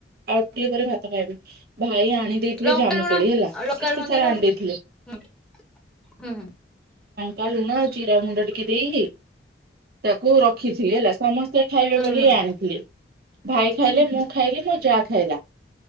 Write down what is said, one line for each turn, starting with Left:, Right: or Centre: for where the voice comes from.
Right: ଆଉ ଟିକେ ପରେ ଭାତ ଖାଇବି ଭାଇ ଆ ଆଣି ଦେଇଥିଲେ
Centre: ଲଙ୍କା
Right: ଜାମୁକୋଳି
Centre: ଲୁଣ
Right: ହେଲା
Centre: ଲଙ୍କା
Right: କେତେ
Centre: ଲୁଣ
Right: ସାରା
Centre: ଦେଇ ଖାଉନୁ
Right: ଆଣି ଦେଇଥିଲେ।
Centre: ହୁଁ ହୁଁ
Right: କାଲୁନା ଆଉ ଚିରା ମୁୁଣ୍ଡ ଟିକେ ଦେଇକି ତାକୁ ରଖିଥିଲେ ହେଲା। ସମସ୍ତେ ଖାଇବେ
Centre: ହୁଁ
Right: ବୋଲି
Centre: ହୁଁ
Right: ଆଣିଥିଲେ। ଭାଇ ଖାଇଲେ
Centre: ହୁଁ ହୁଁ
Right: ମୁଁ ଖାଇଲି ମୋ ଯାହା ଖାଇଲା